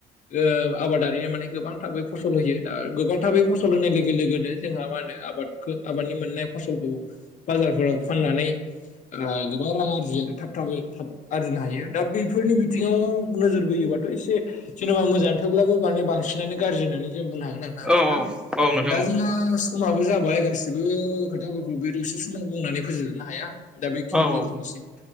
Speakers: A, on the left (about 45°); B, in the centre.
A: ओ आबादारिनो माने गोबां थाबै फसल होयो दा गोबां थाबै फसल होनाय लोगो लोगोनो जोंहा मा होनो आबाद। खो आबादनि मोननाय फसलखौ बाजारफोराव फाननानै। आ गोबां रां आरजियो आरो थाब थाबै थाब आरजिनो हायो दा बेफोरनि बिथिङाव नोजोर बोयोबा। एसे जेनेबा मोजाङानो थोबब्लाबो माने बांसिनानो गाज्रि होननानै जों बुंनो हागोन। नोंथां
B: औ औ नोंथां
A: दा
B: औ
A: जोंहा। समाबो जाबाय गासिबो खोथाफोरखौ बे दसे समाव बुंनानै फोजोबजोबनो हाया। दा बेखिनियाव
B: औ औ
A: दोनथ'नोसै